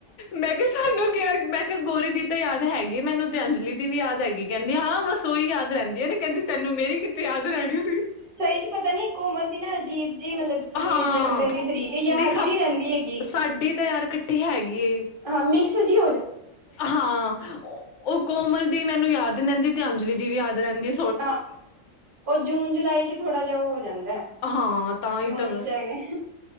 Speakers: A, on the left (about 65°); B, on the right (about 40°).
A: ਮੈਂ ਕਿਆ ਸਾਨੂੰ ਕਿਐ ਮੈਂ ਕਿਆ ਗੋਰੀ ਦੀ ਤਾਂ ਯਾਦ ਹੈਗੀ ਏ, ਮੈਨੂੰ ਤੇ ਅੰਜਲੀ ਦੀ ਵੀ ਯਾਦ ਹੈਗੀ। ਕੈਂਦੀ ਹਾਂ-ਹਾਂ ਸ ਓ ਈ ਯਾਦ ਰੈਂਦੀਆਂ ਨੇ ਕੈਂਦੀ ਤੈਨੂੰ ਮੇਰੀ ਕਿ ਤੇ ਯਾਦ ਰੈਣੀ ਸੀ।
B: ਸਈ 'ਚ ਪਤਾ ਨੀ ਕੋਮਲ ਦੀ ਨਾ ਅਜੀਬ ਜੀ ਮਤਲਬ ਕਿ
A: ਹਾਂ
B: ਜਨਮ ਦਿਨ ਦੀ ਤਰੀਕ ਹੈ ਯਾਦ
A: ਦੇਖ
B: ਹੀ
A: ਆਬ,
B: ਨਹੀਂ ਰਹਿੰਦੀ ਹੈਗੀ।
A: ਸਾਡੀ ਤਾਂ ਯਾਰ ਕੱਠੀ ਹੈਗੀ ਏ।
B: ਹਾਂ, ਮਿਕਸ ਜੀ
A: ਹਾਂ, ਓ ਕੋਮਲ ਦੀ ਮੈਨੂੰ ਯਾਦ ਰੈਂਦੀ ਤੇ ਅੰਜਲੀ ਦੀ ਵੀ ਯਾਦ ਰੈਂਦੀ ਏ।
B: ਅ, ਓ ਜੂਨ-ਜੁਲਾਈ 'ਚ ਥੋੜਾ ਜਿਆ ਓ ਹੋ ਜਾਂਦੈ।
A: ਹਾਂ ਤਾਂ ਹੀ
B: ਜੂਨ
A: ਤਾਂ
B: ਇੱਚ ਹੈਗੈ।